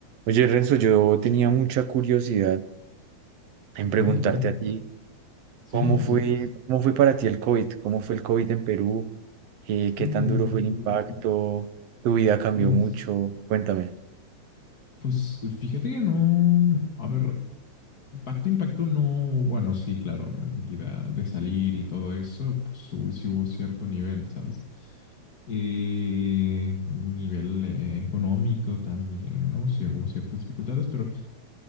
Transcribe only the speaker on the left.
¿Cuál,
cuál?
Sí,
sí.
Uh,
pues,
pues fíjate que no. A ver, impacto, impacto no. Bueno, sí, claro, en vida de salir y todo eso, pues hubo- sí hubo cierto nivel, ¿sabes? Eh, nivel eh, económico también, ¿no? Sí hubo ciertas dificultades, pero.